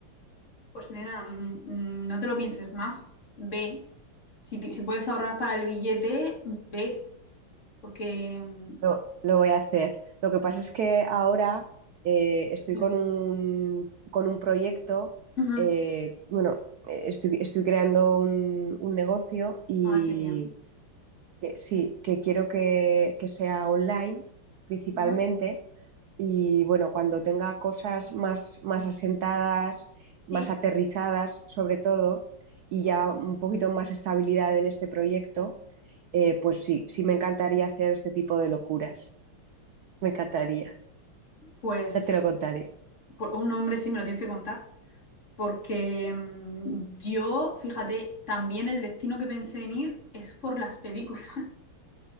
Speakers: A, on the left; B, on the right.
A: Pues nena, mm, mm, no te lo pienses más. Ve. Si, te- si puedes ahorrar para el billete, ve. Porque... mm,
B: Lo, lo voy a hacer. Lo que pasa es que ahora eh, estoy
A: dime.
B: con un, con un proyecto,
A: Ujú.
B: eh, bueno, eh, estoy, estoy creando un, un negocio y
A: Ay, qué bien.
B: que, sí, que quiero que, que sea online principalmente.
A: Ujú.
B: Y bueno, cuando tenga cosas más, más asentadas,
A: Sí.
B: más aterrizadas sobre todo, y ya un poquito más estabilidad en este proyecto, eh, pues sí, sí me encantaría hacer este tipo de locuras. Me encantaría.
A: Pues,
B: Ya te lo contaré.
A: pues un hombre sí me lo tienes que contar. Porque mm, yo, fíjate, también el destino que pensé en ir es por las películas, <laughs>